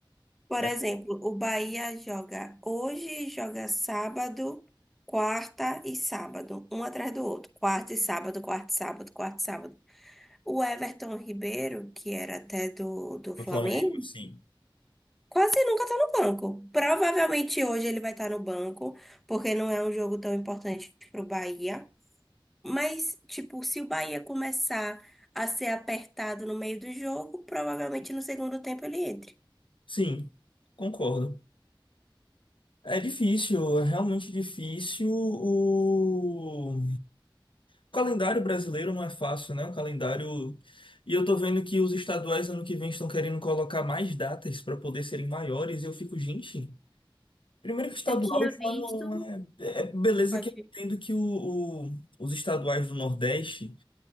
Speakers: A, in the centre; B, on the left (about 70°).
A: Por
B: é,
A: exemplo, o Bahia joga hoje, joga sábado, quarta e sábado, um atrás do outro. Quarta e sábado, quarta e sábado, quarta e sábado. O Everton Ribeiro, que era até do, do Flamengo,
B: no Flamengo, assim.
A: Quase nunca tá no banco. Provavelmente hoje ele vai estar no banco, porque não é um jogo tão importante pro Bahia. Mas, tipo, se o Bahia começar a ser apertado no meio do jogo, provavelmente no segundo tempo ele entre.
B: Sim, concordo. É difícil, é realmente difícil o O calendário brasileiro não é fácil, né? O calendário. E eu tô vendo que os estaduais ano que vem estão querendo colocar mais datas para poder serem maiores. E eu fico, gente. Primeiro que estadual
A: Eu tinha
B: já
A: visto
B: não é. é beleza
A: Pode.
B: que eu entendo que o, o- os estaduais do Nordeste